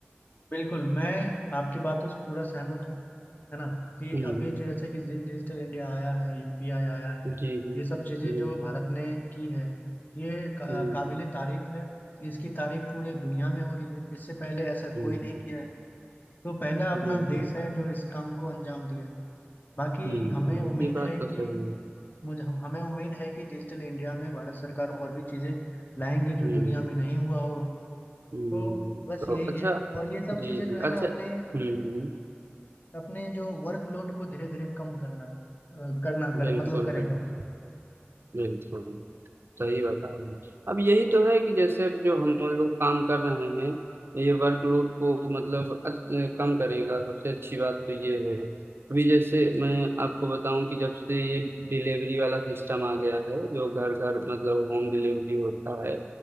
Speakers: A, on the left; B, on the right.
A: बिल्कुल मैं आपकी बातों से पूरा सहमत हूँ है ना कि
B: हम्म,
A: अभी जो जैसे कि डि- डिजिटल इंडिया आया है यूपीआई आया
B: जी
A: है
B: जी
A: ये सब चीज़ें
B: जी
A: जो भारत ने की है ये का,
B: जी हम्म
A: काबिले तारीफ है इसकी तारीफ पूरे दुनिया में हो रही है इससे पहले ऐसा
B: हम्म,
A: कोई नहीं किया है तो पहला अपना
B: जी जी
A: देश है जो इस काम को अंजाम दिया है बाकी
B: हम्म
A: हमें उम्मीद
B: ये बात
A: है कि
B: तो सही है
A: मुझे हम- हमें उम्मीद है कि डिजिटल इंडिया में भारत सरकार और भी चीज़ें लाएंगे जो
B: हम्म
A: दुनिया में नहीं हुआ होगा
B: हम्म
A: तो बस
B: तो
A: यही
B: अच्छा
A: है और ये सब
B: जी
A: चीजें
B: जी
A: जो है
B: अच्छा
A: ना अपने
B: हम्म हम्म
A: अपने जो वर्कलोड को धीरे धीरे कम करना अ, करना कर
B: बिल्कुल
A: मतलब करेगा
B: बिल्कुल बिल्कुल सही बता रहे हैं अब यही तो है कि जैसे अब जो हम लोग काम कर रहे हैं ये वर्कलोड को मतलब अच- कम करेगा सबसे अच्छी बात तो ये है अभी जैसे मैं आपको बताऊं कि जब से ये डिलीवरी वाला सिस्टम आ गया है जो घर घर मतलब होम डिलीवरी होता है